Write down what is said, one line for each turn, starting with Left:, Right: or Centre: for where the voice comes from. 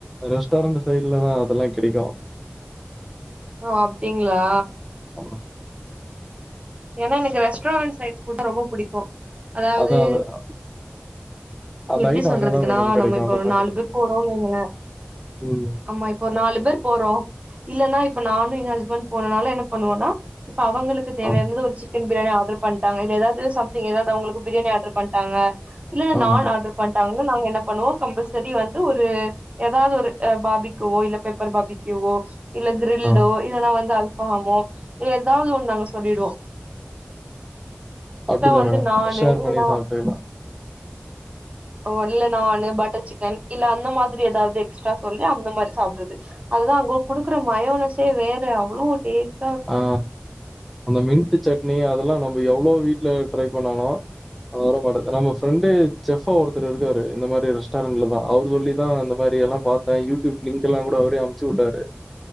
Centre: ரெஸ்டாரண்டு சைடுலதா அதெல்லா கேடைக்கு
Right: ஒ அப்டிங்களா
Centre: ஆமா
Right: ஏன்னா எனக்கு ரெஸ்டாரன்ட் சைட் புட் ரொம்ப பிடிக்கு அதாவது
Centre: அதான் <inaudible>
Right: எப்டி
Centre: ஐட்டம்
Right: சொல்றதுக்குன்னா
Centre: அங்க தான் மேடம் கிடைக்கும்.
Right: நம்ப இப்ப
Centre: அந்த மாரி.
Right: நாலு பேரு போறோனு வைங்களே
Centre: ம்.
Right: ஆமா இப்போ நாலு பேரு போறோ இல்லனா இப்ப நானு எங்க ஹஸ்பண்ட் போனனால என்ன பண்ணுவோன்னா இப்ப அவங்களுக்கு கு தேவையாருந்துது
Centre: ஆமா.
Right: ஒரு சிக்கன் பிரியாணி ஆர்ட்ரு பண்ட்டாங்க இல்ல எதாவது சம்த்திங் எதாது அவுங்குளுக்கு பிரியாணி ஆர்ட்ரு பண்ட்டாங்க இல்லல
Centre: ஆமாங்க.
Right: நான் ஆர்ட்ரு பண்ட்டாங்க நாங்க என்ன பண்ணுவோ கம்பல்செரி வந்து ஒரு எதாது ஒரு பாபிக்குவோ இல்ல பெப்பர் பாபிக்யுவோ இல்ல க்ரில்டோ
Centre: ஆ.
Right: இல்லன்னா வந்து அல்பாமோ எதாது ஒண்ணு நாங்க சொல்லிடுவோ
Centre: அப்டிதா
Right: வந்து
Centre: மேடம்
Right: நானு
Centre: ஷேர்
Right: இல்லன்னா
Centre: பண்ணி சாப்ட்டுக்லா
Right: ஓ இல்ல நானு பட்டர் சிக்கன் இல்ல அந்த மாதிரி எதாவது எக்ஸ்ட்ரா சொல்லி அந்த மாரி சாப்ட்றது அதுதா அங்க குடுக்குற மயோனைசே வேற அவ்ளோ டேஸ்
Centre: ஆ அந்த மின்ட்டு சட்னி அதல்லா நம்ம எவ்ளோ வீட்ல ட்ரை பண்ணாலு அ வர மாட்டது நம்ம ஃப்ரெண்டு செஃபா ஒருத்தரு இருக்காரு இந்த மாரி ரெஸ்டாரண்ட்ல தா அவுரு சொல்லிதா இந்த மாரி எல்லாம் பாத்தா யூட்யூப் லிங்க் எல்லா கூட அவுரே அம்ச்சு உட்டாரு